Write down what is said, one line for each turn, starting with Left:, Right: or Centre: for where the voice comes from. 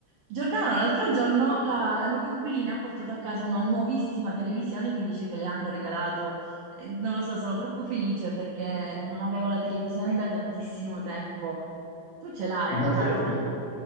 Right: Giordano, l'altro giorno la, la mia coinquilina ha portato a casa una nuovissima televisione che dice che le hanno regalato. Eh, Non lo so, sono troppo felice perché non avevo la televisione da tantissimo tempo. Tu ce l'hai
Left: Davvero
Right: a casa?
Left: non ho-